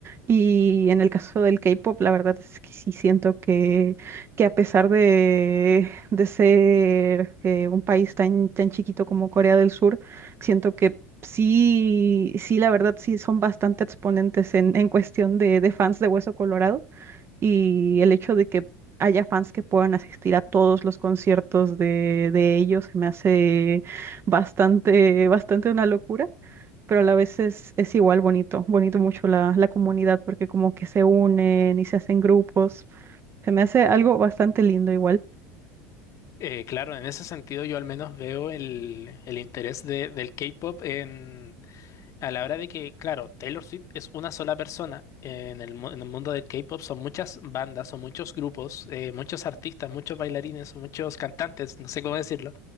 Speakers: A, on the right; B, on the left.
A: Y en el caso del K-pop, la verdad es que sí siento que, que a pesar de, de ser eh, un país tan, tan chiquito como Corea del Sur, siento que sí, sí, la verdad sí son bastante exponentes en, en cuestión de, de fans de Hueso Colorado y el hecho de que haya fans que puedan asistir a todos los conciertos de, de ellos se me hace bastante, bastante una locura, pero a la vez es, es igual bonito, bonito mucho la, la comunidad porque como que se unen y se hacen grupos, se me hace algo bastante lindo igual.
B: eh, claro, en ese sentido yo al menos veo el, el interés de- del K-pop en a la hora de que, claro, Taylor Swift es una sola persona, eh, en el, mu- en el mundo del K-pop son muchas bandas, son muchos grupos, eh, muchos artistas, muchos bailarines, son muchos cantantes, no sé cómo decirlo,